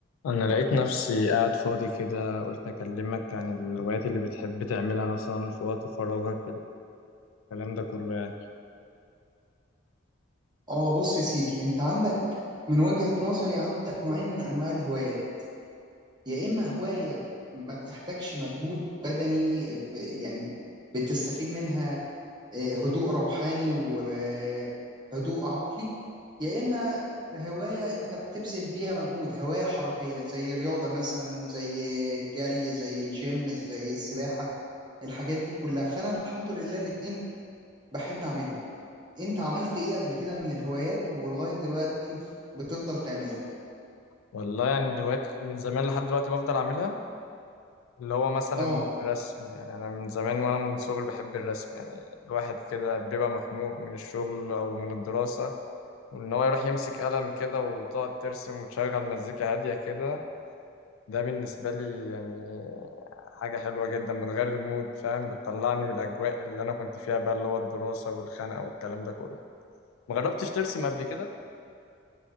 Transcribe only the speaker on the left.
أنا لقيت نفسي قاعد فاضي كده قلت أكلمك عن الهوايات اللي بتحب تعملها مثلا في وقت فراغك الكلام ده كله يعني
والله يعني الهوايات من زمان لحد دلوقتي بفضل أعملها اللي هو مثلا
الرسم يعني أنا من زمان وأنا من صغري بحب الرسم يعني الواحد كده بيبقى مخنوق من الشغل أو من الدراسة وإن هو يروح يمسك قلم كده وتقعد ترسم وتشغل مزيكا هادية كده ده بالنسبة لي يعني حاجة حلوة جدا بتغير المود فاهم بتطلعني من الأجواء اللي أنا كنت فيها بقى اللي هو الدراسة والخنقة والكلام ده كله مجربتش ترسم قبل كده؟